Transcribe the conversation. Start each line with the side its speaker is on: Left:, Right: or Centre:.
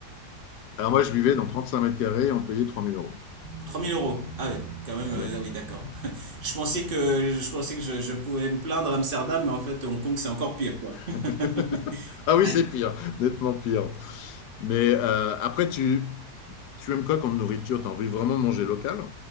Left: alors, moi, je vivais dans 35 mètres carrés, on payait 3000 euros.
Right: trois mille euros. Ah ouais, bon, quand même, euh,
Left: Oui.
Right: ah oui, d'accord. <laughs> Je pensais que, je pensais que je, je pouvais me plaindre à Amsterdam, mais en fait, Hong Kong, c'est encore pire, quoi.
Left: <laughs>
Right: <laughs>
Left: ah oui,
Right: Ah
Left: c'est pire, nettement pire. Mais euh, après, tu, tu aimes quoi comme nourriture Tu as envie vraiment de manger local